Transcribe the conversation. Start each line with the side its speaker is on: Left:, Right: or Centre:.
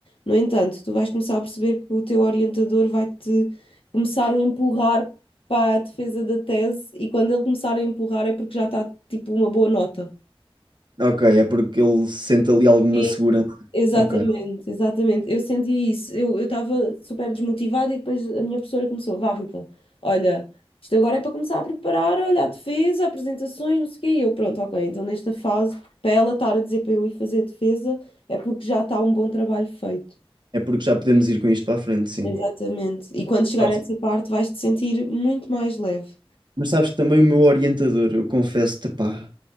Left: No entanto, tu vais começar a perceber que o teu orientador vai-te começar a empurrar para a defesa da tese e quando ele começar a empurrar é porque já está tipo uma boa nota.
Right: Ok, é porque ele sente ali alguma
Left: É,
Right: segurança.
Left: Exatamente,
Right: Ok,
Left: exatamente. Eu senti isso. Eu eu estava super desmotivada e depois a minha professora começou, vá, Rita, olha, isto agora é para começar a preparar, olha, a defesa, apresentações, não sei o quê. E eu, pronto, ok, então nesta fase, para ela estar a dizer para eu ir fazer a defesa, é porque já está um bom trabalho feito.
Right: é porque já podemos ir com isto para a frente, sim.
Left: Exatamente. E quando chegar
Right: Ah,
Left: a
Right: sim.
Left: essa parte, vais te sentir muito mais leve.
Right: Mas sabes, também o meu orientador, eu confesso-te, pá,